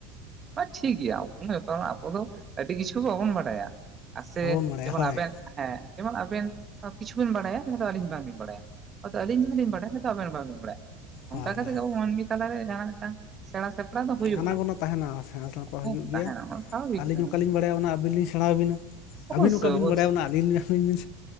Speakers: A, on the right; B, on the left.
A: ᱦᱸ ᱴᱷᱤᱠ ᱜᱮᱭᱟ, ᱠᱚᱱᱚ ᱵᱮᱯᱟᱨ ᱟᱵᱚ ᱫᱚ ᱟᱹᱰᱤ ᱠᱤᱪᱷᱩ ᱵᱟᱵᱚᱱ ᱵᱟᱰᱟᱭᱟ, ᱟᱨ ᱥᱮ
B: ᱵᱟᱵᱚᱱ ᱵᱟᱲᱟᱭᱟ
A: ᱡᱮᱢᱚᱱ
B: ᱦᱳᱭ
A: ᱟᱵᱮᱱ ᱦᱮᱸ ᱡᱮᱢᱚᱱ ᱟᱵᱮᱱ ᱠᱤᱪᱷᱩᱵᱤᱱ ᱵᱟᱲᱟᱭᱟ, ᱡᱟᱸᱦᱟ ᱫᱚ ᱟᱹᱞᱤᱧ ᱵᱟᱝ ᱞᱤᱧ ᱵᱟᱲᱟᱭᱟ ᱦᱚᱭᱛᱚ ᱟᱹᱞᱤᱧ ᱡᱟᱦᱟᱞᱤᱧ ᱵᱟᱲᱟᱭᱟ, ᱟᱵᱮᱱ ᱵᱟᱵᱮᱱ ᱵᱟᱲᱟᱭᱟ, ᱚᱱᱠᱟ
B: ᱦᱳᱭ
A: ᱠᱟᱛᱮᱜ
B: ᱦᱳᱭ
A: ᱜᱮ ᱟᱵᱚ ᱢᱟᱹᱱᱢᱤ ᱛᱟᱞᱟᱨᱮ ᱡᱟᱦᱟᱸ ᱱᱟᱜ ᱢᱤᱫᱴᱟᱝ, ᱥᱮᱬᱟ ᱥᱮᱯᱲᱟ ᱫᱚ ᱦᱩᱭᱩᱜᱼᱟ
B: ᱟᱱᱟ ᱜᱚᱱᱟ ᱛᱟᱦᱮᱸᱱᱟ, ᱥᱮᱬᱟ ᱥᱮᱬᱟ ᱠᱚ
A: ᱦᱮᱸ
B: ᱦᱤᱡᱩᱜ ᱜᱮᱭᱟ,
A: ᱛᱟᱦᱮᱱᱟ ᱚᱱᱟ ᱫᱚ ᱥᱟᱵᱷᱟᱵᱤᱠ
B: ᱟᱹᱞᱤᱧ
A: ᱠᱟᱱᱟ
B: ᱚᱠᱟᱞᱤᱧ ᱵᱟᱲᱟᱭᱟ ᱚᱱᱟ ᱟᱵᱤᱱᱧᱤᱧ ᱥᱮᱬᱟᱵᱤᱱᱟ,
A: ᱚᱵᱚᱥᱥᱳᱭ
B: ᱟᱹᱵᱤᱱ ᱚᱠᱟ ᱵᱤᱱ
A: ᱚᱵᱚᱥᱥᱳᱭ
B: ᱵᱟᱲᱟᱭᱟ, ᱚᱱᱟ ᱟᱹᱞᱤᱧ-ᱟᱹᱞᱤᱧ ᱵᱤᱱ